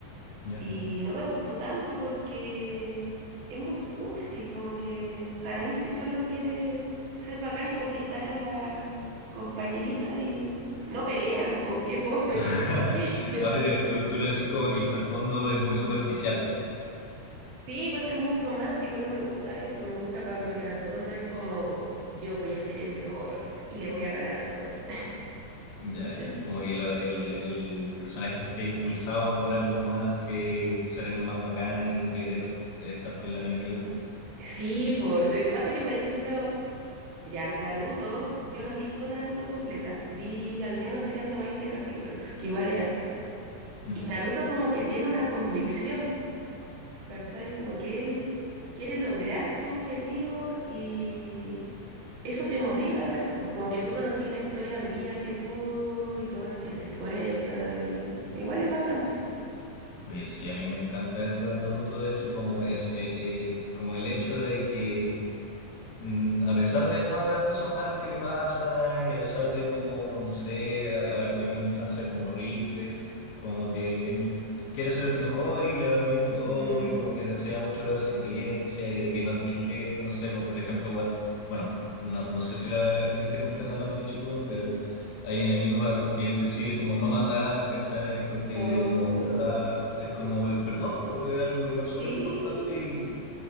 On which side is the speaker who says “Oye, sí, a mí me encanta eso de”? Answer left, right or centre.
Left